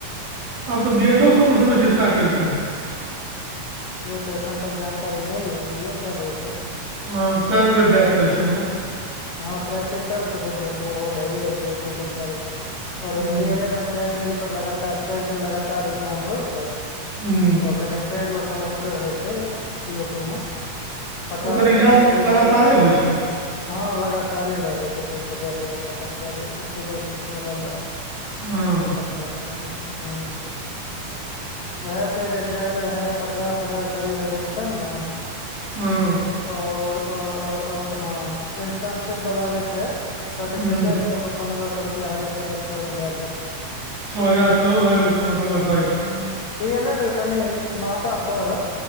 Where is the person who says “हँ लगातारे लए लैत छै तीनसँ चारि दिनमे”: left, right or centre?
Left